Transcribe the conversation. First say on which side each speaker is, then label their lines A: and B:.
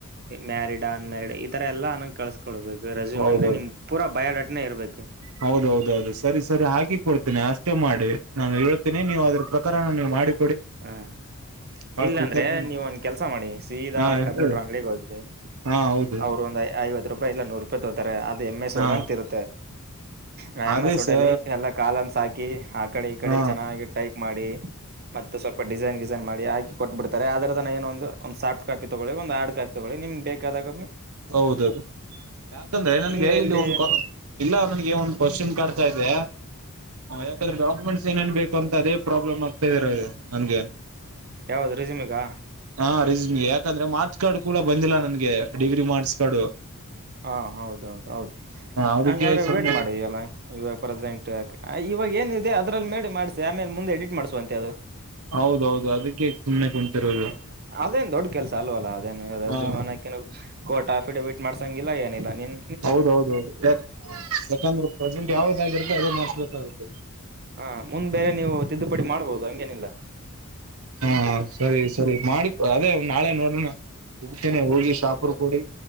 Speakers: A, on the right; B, on the right.
A: ಮ್ಯಾರಿಡಾ ಅನ್ ಮ್ಯಾರಿಡಾ ಇ ತರ ಎಲ್ಲ ನಗೆ ಕಳ್ಸ್ಕೊಳ್ಬೇಕು ರೆಸ್ಯೂಮ್
B: ಹೌದೌದು
A: ಅಂದ್ರೆ ನಿಮ್ ಪೂರ ಬಯೋಡಾಟ. ಇನ್ನ ಇರಬೇಕ.
B: ಹೌದೌದೌದು ಸರಿ ಸರಿ ಹಾಕಿ ಕೊಡ್ತೇನೆ ಅಷ್ಟೇ ಮಾಡಿ ನಾನು ಹೇಳ್ತೇನೆ ನೀವು ಅದ್ರ ಪ್ರಕಾರ ನೀವು ಮಾಡಿ
A: ಹ್ಮ ಇಲ್ಲ
B: ಕೃತಜ್ಞ
A: ಅಂದ್ರೆ ನೀವ ಒಂದ ಕೆಲ್ಸ ಮಾಡಿ ಸೀದಾ
B: ಹಾ ಹೇಳಿ
A: ಕಂಪ್ಯೂಟರ್ ಅಂಗ್ಡಿಗೆ ಹೋಗಿ
B: ಹಾ ಹೌದು
A: ಅವರು ಒಂದ್ ಐವತ್ತ ರೂಪಾ ಯಿ ಇಲ್ಲ ನೂರೂಪಯಿ ತೋತಾರೆ ಅದು. ಎಮ್ ಎಸ್
B: ಹಾ
A: ವರ್ಡ್ ಅಂತ ಇರುತ್ತೆ. ಹ <inaudible>
B: ಅದೇ
A: ಎಮ್ಮಸ ವರ್ಡಲ್ಲಿ
B: ಸ
A: ಎಲ್ಲಾ ಕಾಲಂಸ್ ಹಾಕಿ. ಕೆ ಹಾ. ಈ ಕಡೆ ಈ ಕಡೆ
B: ಹಾ
A: ಚೆನ್ನಾಗಿ ಟೈಪ್ ಮಾಡಿ. ಮತ್ತು ಸ್ವಲ್ಪ ಡಿಸೈನ್ ಗಿಸೈನ್ ಮಾಡಿ ಹಾಕಿ ಕೊಟ್ಟಬಿಡ್ತಾರೆ ಅದರದನ ಏನ ಒಂದು ಸಾಫ್ಟ್ ಕಾಪಿ ತಗೊಳ್ಳಿ ಒಂದು ಹಾರ್ಡ್ ಕಾಪಿ ತಗೊಳ್ಳಿ ನಿಮ್ ಬೇಕಾದಾಗ
B: ಹೌದೌದು ಯಾಕಂದ್ರೆ ನನ್ಗೆ
A: ನೀವ
B: ಇಲ್ಲ
A: ಇಲ್ಲಿ
B: ಒಂದ ಇಲ್ಲ ನನ್ಗೆ ಒಂದು ಕ್ವಶನ್ ಕಾಡ್ತಾ ಇದೆ. ಯಾಕಂದ್ರೆ ಡಾಕ್ಯುಮೆಂಟ್ಸ್ ಏನೇನ್ ಬೇಕು ಅಂತ ಅದೇ ಪ್ರಾಬ್ಲಮ್ ಆಗ್ತಾ ಇದ್ರ ನನ್ಗೆ
A: ಯಾವ್ದ ರೆಸ್ಯೂಮಿಗಾ
B: ಹಾ ರಿಜು ಹಿಂಗೆ ಕಂದ್ರೆ ಮಾರ್ಚ್ ಕಾರ್ಡ್ ಕೂಡ ಬಂದಿಲ್ಲ ನ ನನಗೆ. ಡಿಗ್ರಿ ಮಾಡಸ್ತಡು
A: ಹಾ ಹೌದೌದು ಹೌದು
B: ಅದಕ್ಕೆ
A: ಹಂಗಾದ್ರೆ
B: ಸುಮ್ನೆ
A: ವೇಟ್ ಮಾಡಿ ಎಲ್ಲ ಈಗ ಪ್ರೆಸೆಂಟ್ ಇವಾಗ ಏನ ಇಿದೆ ಅದ್ರಲ್ಲಿ ಮೇಿ ಮಾಡ್ಸ ಆಮೇಲೆ ಮುಂದೆ ಎಡಿಟ್ ಮಾಡಸುವ ಅಂತೆ ಅದು
B: ಹೌದೌದು ಅದಕ್ಕೆ ಸುಮ್ನೆ ಕುಂತಿರೋದು
A: ಹ ಅದೇನ್ ದೊಡ್ ಕೆಲ್ಸ ಅಲ್ವಲ್ಲ ಅದೇನ್ ರಜುಮಾನಕ
B: ಹಾ
A: ಕೋರ್ಟ್ ಆಫಿಡವಿಟ್ ಮಾಡಸಂಗಿಲ್ಲ ಏನಿಲ್ಲ ನೀನ್
B: ಹೌದೌದೌದು ಯ ಯಾಕಂದ್ರೆ ಪ್ರೆಸೆಂಟ್ ಯಾವ್ದಾಗಿರುತ್ತೆ ಅದೇ ಮಾಡಸ್ಬೇಕಾಗುತ್ತೆ
A: ಹ ಮುಂದ್ ಬೇರೆ ನೀವು ತಿದ್ದುಪಡಿ ಮಾಡ್ಬೋದು ಹಂಗೇನಿಲ್ಲ
B: ಹಾ ಸರಿ ಸರಿ ಮಾಡಿ ಅದೇ ನಾಳೆ ನೋಡಣ ಹೋಗ್ತೇನೆ ಹೋಗಿ ಶಾಪರ್ ಕೊಡಿ